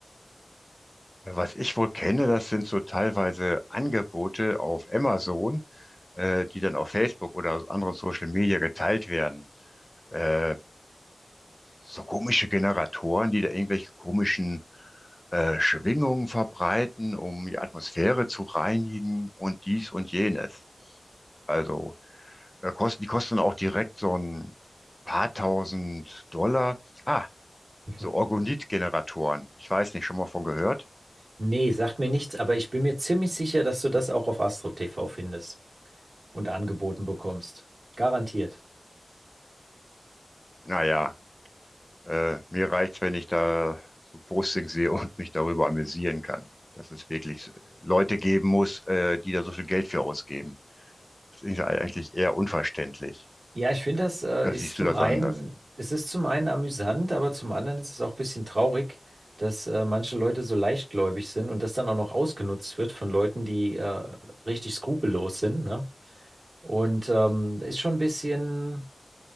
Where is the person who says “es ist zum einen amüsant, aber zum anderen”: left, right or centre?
Right